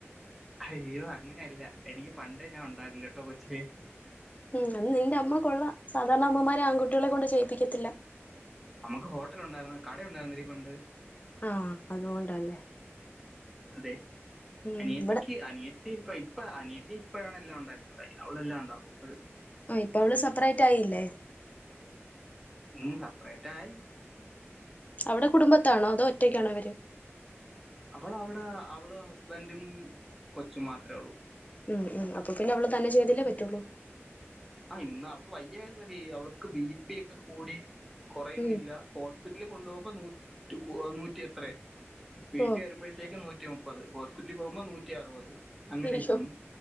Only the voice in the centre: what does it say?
അയ്യോ അങ്ങനെയല്ലാ എനിക്ക് പണ്ടേ ഞാൻ ഒണ്ടാകും കേട്ടോ കൊച്ചോ
അമ്മക്ക് ഹോട്ടൽ ഒണ്ടായിരുന്നു കട ഒണ്ടായിരുന്നെടി പണ്ട്
അതെ
അനിയത്തിക്ക്
അനിയൻ ത്തി ഇപ്പ ഇപ്പ അനിയത്തി ഇപ്പഴാണ് എല്ലാം ഒണ്ടാക്കുന്നത് അവളെല്ലാം ഒണ്ടാക്കും ഇപ്പഴും
ഉം സെപ്പറേറ്റായി
അവൾ അവിടെ അവളും ഹസ്ബന്റും കൊച്ചും മാത്രേ ഒള്ളൂ
ആഹ് ഇന്ന് അവക്ക് വയ്യായിരുന്നെടി അവൾക്ക് ബി പി ഒക്കെ കൂടി കൊറയുന്നില്ലാ
ഹോസ്പിറ്റലിൽ കൊണ്ടുപോകുമ്പോ നൂറ്റ് ഏഹ് നൂറ്റി എത്രയെ വീട്ടി
വരുമ്പഴത്തേക്ക് നൂറ്റി മുപ്പ മുപ്പത് ഹോസ്പിറ്റലിൽ പോകുമ്പോ നൂറ്റി അറുപത് അങ്ങനെ
ഇരിക്കുന്നു